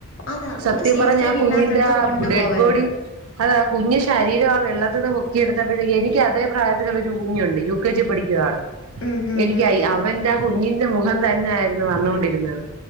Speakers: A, on the left (about 60°); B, on the right (about 80°).
A: അതാ
B: സത്യം
A: ഒരു സേഫ്റ്റിയും
B: പറ ഞാൻ
A: ഇല്ലാത്തടത്ത്
B: കുഞ്ഞിന്റെ ആഹ്
A: കൊണ്ടുപോവരുത്
B: ഡെഡ് ബോഡി അതാ കുഞ്ഞു ശരീരം ആ വെള്ളത്തിുന്ന് പൊക്കെടുത്തപ്പോഴത്തേക്കക്ക് എനിക്ക് അതേ പ്രായത്തി കുഞ്ഞുണ്ട് യു കെ ജി പഠിക്കുക ആള്
A: ഉം ഉം
B: എനിക്ക്
A: ഉം
B: അവൻന്താ കുഞ്ഞിന്റെ മുഖം തന്നെ ആയിരുന്നു വന്നൊണ്ടിരുന്നത്